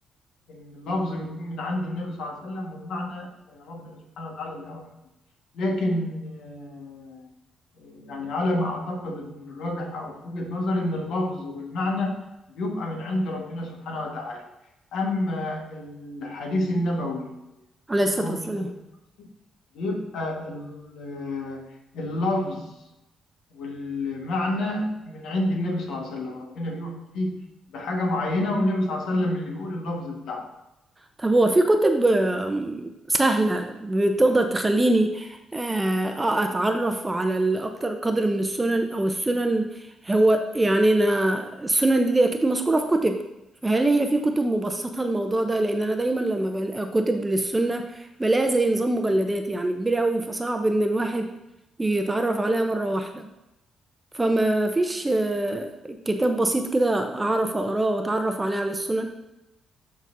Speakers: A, on the left; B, on the right.
A: إن اللفظ بيكون من عند النبي صلى الله عليه وسلم والمعنى آه، ربنا سبحانه وتعالى اللي أوحى به. لكن آه، يعني على ما أعتقد إن الراجح أو في وجهة نظري إن اللفظ والمعنى بيبقى من عند ربنا سبحانه وتعالى أما الحديث النبوي
B: عليه الصلاة
A: اللي هو
B: والسلام
A: مش حديث شخصي، بيبقى ال- آه، اللفظ والمعنى من عند النبي صلى الله عليه وسلم ربنا بيوحي لي بحاجة معينة والنبي صلى الله عليه وسلم اللي بيقول اللفظ بتاعها
B: طب هو في كتب آم، سهلة بتقدر تخليني آه، آه، أتعرف على الأكتر قدر من السنن أو السنن هو يعني أنا السنن دي, دي أكيد مذكورة في كتب فهل هي في كتب مبسطة الموضوع ده لأن أنا دايما لما بلاقي كتب للسنة بلاقيها زي نظام مجلدات يعني كبيرة أوي فصعب إن الواحد يتعرف عليها مرة واحدة فما فيش آه، كتاب بسيط كده أعرف أقراه وأتعرف عليه على السنن